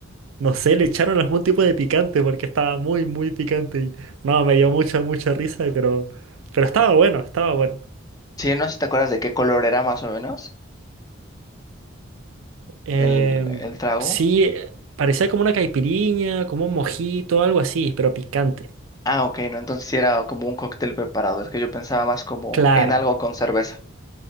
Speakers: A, on the right (about 80°); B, on the left (about 20°).
A: No sé, le echaron algún tipo de picante porque estaba muy, muy picante y no, me dio mucha, mucha risa, pero, pero estaba bueno, estaba bueno.
B: Sí, no sé si te acuerdas de qué color era más o menos
A: Em,
B: el, el trago.
A: sí, eh, parecía como una caipiriña, como un mojito, algo así, pero picante.
B: Ah, ok, no, entonces sí era como un cóctel preparado. Es que yo pensaba más como
A: Claro.
B: en algo con cerveza,